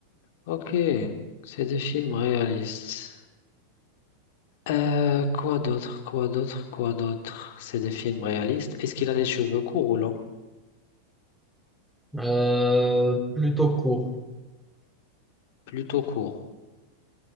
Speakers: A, on the left; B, in the centre.
A: Ok, c'est des films réalistes. Euh, quoi d'autre, quoi d'autre, quoi d'autre? C'est des films réalistes. Est-ce qu'il a les cheveux courts ou longs?
B: Euh, plutôt courts.
A: Plutôt courts.